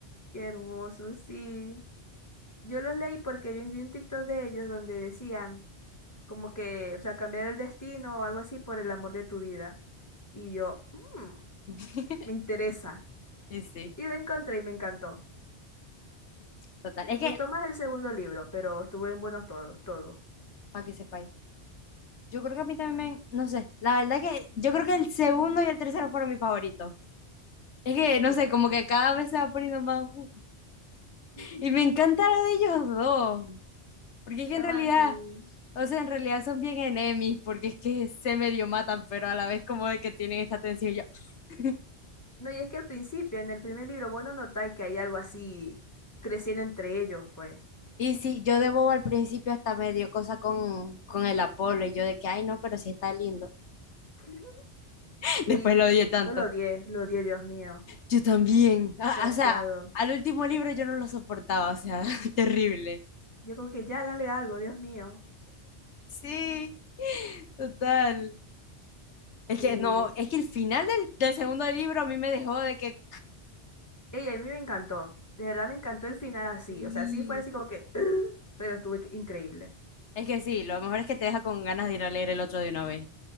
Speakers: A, on the left; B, on the left.
A: Qué hermoso, sí. Yo los leí porque vi vi un TikTok de ellos donde decían... como que, o sea, cambiar el destino o algo así por el amor de tu vida. Y yo, "Mm,
B: <laughs>
A: me interesa.
B: Y sí,
A: Y la encontré y me encantó.
B: total.
A: Me
B: Es
A: gustó
B: que,
A: más el segundo libro, pero estuvieron buenos todos, todos.
B: para que sepáis, yo creo que a mí también, no sé, la verdad que yo creo que el segundo y el tercero fueron mis favoritos. Es que, no
A: Total.
B: sé, como que cada vez se va poniendo más... gu-
A: <laughs>
B: Y me encanta lo de ellos dos. Porque es que
A: Chama
B: en realidad,
A: así.
B: o sea, en realidad son bien enemies, porque es que se medio matan, pero a la vez como de que tienen esta tensión. y Yo, <laughs>
A: No, y es que al principio, en el primer libro, vos no notáis que hay algo así creciendo entre ellos, pues.
B: Y sí, yo de bobo al principio hasta me dio cosa con, con el Apolo y yo de que, ay, no, pero sí está lindo.
A: <laughs>
B: <laughs>
A: Y
B: después
A: después,
B: lo odié
A: eh,
B: tanto.
A: yo lo odié, lo odié, Dios mío.
B: Yo también. Ah,
A: Desgraciado.
B: o sea, al último libro yo no lo soportaba, o sea, <laughs> terrible.
A: Yo como que ya hágale algo, Dios mío.
B: Sí, total. Es
A: Y
B: que no, es que el final del, del segundo libro a mí me dejó de que...
A: Ella, a mí me encantó. De verdad me encantó el final así.
B: Sí.
A: O sea, sí fue así como que, <gasps> <clears throat> pero estuvo inc- increíble.
B: Es que sí, lo mejor es que te deja con ganas de ir a leer el otro de una vez.